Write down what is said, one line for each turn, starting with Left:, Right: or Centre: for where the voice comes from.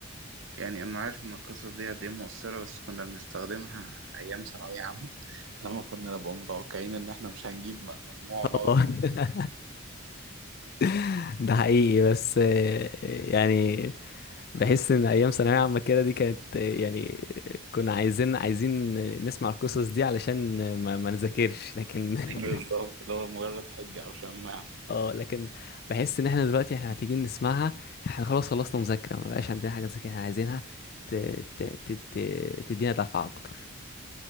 Right: يعني أنا عارف إن القصص دي قد إيه مؤثرة بس كنا بنستخدمها أيام ثانوية عامة <laughs> لما كنا نبقى متوقعين إن إحنا مش هنجيب م- مجموع ونقعد
Left: والله.
Right: نقول <laughs>
Left: <laughs> ده حقيقي بس آه، يعني بحس ان ايام ثانويه عامه كده دي كانت آه، يعني كنا عايزين عايزين نسمع القصص دي علشان ما, ما نذاكرش لكن
Right: بالظبط
Left: <laughs>
Right: اللي هو مجرد حجة أو شماعة
Left: اه لكن بحس ان احنا دلوقتي احنا محتاجين نسمعها احنا خلاص خلصنا مذاكرة ما بقاش عندنا حاجة نذاكر احنا عايزينها ت... ت... ت... ت... تدينا دفعة اكتر